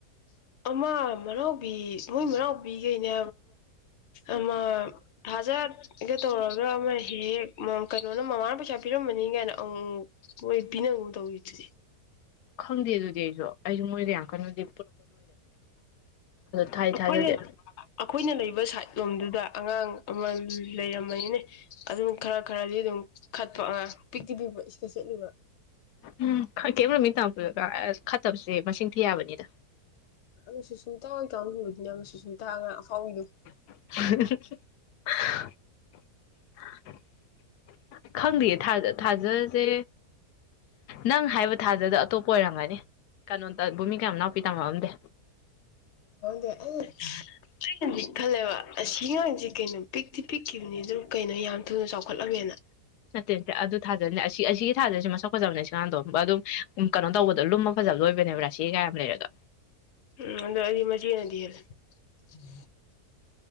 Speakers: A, on the left; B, on the left.
A: ꯑꯃ ꯃꯅꯥꯥꯎꯕꯤ ꯃꯣꯏ ꯃꯥꯎꯕꯤꯈꯩꯅꯦ ꯑꯃ ꯊꯥꯖꯒ ꯇꯧꯔꯒ ꯑꯃ ꯍꯦꯛ ꯀꯩꯅꯣꯅ ꯃꯃꯥꯅ ꯄꯩꯁꯥ ꯄꯤꯔꯝꯕꯃꯅꯤ ꯀꯥꯏꯅ ꯑ ꯑꯣꯏꯣꯏ ꯄꯤꯅ ꯎ ꯇꯧꯇꯗꯤ
B: ꯈꯪꯗꯦ ꯑꯗꯨꯗꯤ ꯑꯩꯁꯨ ꯑꯩꯁꯨ ꯃꯣꯏꯗ ꯌꯥꯝ ꯀꯟꯅꯗꯦ ꯊꯥꯗꯤ
A: ꯑꯩꯈꯣꯏꯅ
B: ꯊꯥꯖꯗꯦ
A: ꯑꯩꯈꯣꯏꯅ ꯂꯩꯕ ꯁꯥꯏꯠ ꯂꯣꯝꯗꯨꯗ ꯑꯉꯥꯡ ꯑꯃ ꯂꯩꯔꯝꯃꯅꯤꯅꯦ ꯑꯗꯨꯝ ꯈꯔ ꯈꯔꯗꯤ ꯑꯗꯨꯝ ꯈꯠꯄ ꯑꯉꯥꯡ ꯄꯤꯛꯛꯇꯤ ꯄꯤꯕ ꯏꯁꯗ ꯆꯦꯠꯂꯤꯕ
B: ꯎꯝ ꯀꯦꯝꯃꯤꯡ ꯇ ꯈꯠꯇꯕꯁꯦ ꯃꯁꯤꯡ ꯊꯤ ꯌꯥꯕꯅꯤꯗ
A: ꯑ ꯁꯨꯁꯃꯤꯇꯥ ꯍꯣꯏ ꯇꯪꯕꯤꯕꯗꯨꯅꯦ ꯑꯃ ꯁꯨꯁꯃꯤꯇꯥ ꯈꯔ ꯐꯥꯎꯏꯗꯣ
B: <inaudible> ꯈꯪꯗꯦꯌꯦ ꯊꯥꯖꯁꯦ ꯅꯪ ꯍꯥꯏꯕ ꯊꯥꯖꯗ ꯑꯇꯣꯞꯄ ꯑꯣꯏꯔꯝꯒꯅꯤ ꯀꯩꯅꯣꯇ ꯕꯣꯃꯤ ꯀꯌꯥꯝ ꯅꯥꯎꯄꯤ ꯇꯝꯃꯛꯑꯝꯗꯦ
A: ꯑꯗꯨꯗ ꯑꯦ ꯑꯩꯅꯗꯤ ꯈꯜꯂꯦꯕ ꯑꯁꯤꯒꯥꯡꯁꯦ ꯀꯩꯅꯣ ꯄꯤꯛꯇꯤ ꯄꯤꯛꯈꯤꯕꯅꯤ ꯑꯗꯨ ꯀꯩꯅꯣ ꯌꯥꯝ ꯊꯨꯅ ꯆꯥꯎꯈꯠꯂꯝꯃꯦꯅ
B: ꯅꯠꯇꯦ ꯅꯠꯇꯦ ꯑꯗꯨ ꯊꯥꯖꯅꯦ ꯑꯁꯤꯒꯤ ꯊꯥꯖꯔꯤꯁꯤ ꯃꯁꯛ ꯐꯖꯕꯅꯦ ꯁꯤ ꯀꯀꯥꯟꯗꯣ ꯑꯗꯨꯝ ꯀꯩꯅꯣ ꯇꯧꯕ ꯑꯗꯣ ꯂꯨꯝꯃ ꯐꯖꯕ ꯂꯣꯏꯕꯅꯦꯕ ꯔꯥꯁꯤ ꯀꯌꯥꯝ ꯂꯩꯔꯒ
A: ꯎꯝ ꯑꯗꯣ ꯑꯩꯗꯤ ꯃꯆꯦꯅꯗꯤ <inaudible>